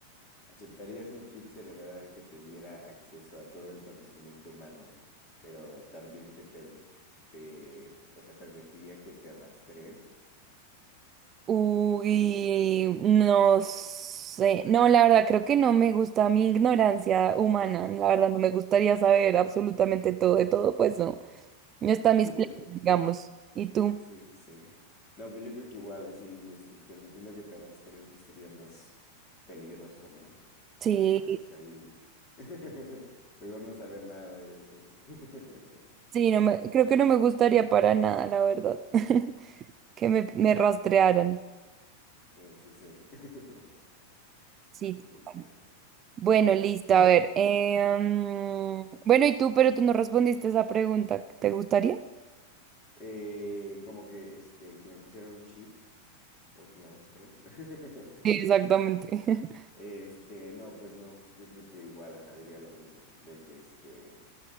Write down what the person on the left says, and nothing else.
¿Aceptarías un chip cerebral que te diera acceso a todo el conocimiento humano, pero también te, per- te, o sea, permitiría que te rastreen?
<laughs>
Sí, sí, sí. No, pues yo creo que igual así, este, permitiendo que te rastreen, pues sería más peligroso, ¿no?
No sabes, ahí el- <laughs> mejor no saber nada y así. <laughs>
Sí, sí, sí. <laughs> Sí,
no, no
está cool.
Ujú.
Eh, como que, este, que me pusieran un chip o que me rastreen. <laughs>
Este, no, pues no. Yo creo que igual, ajá, diría lo mismo, de que este.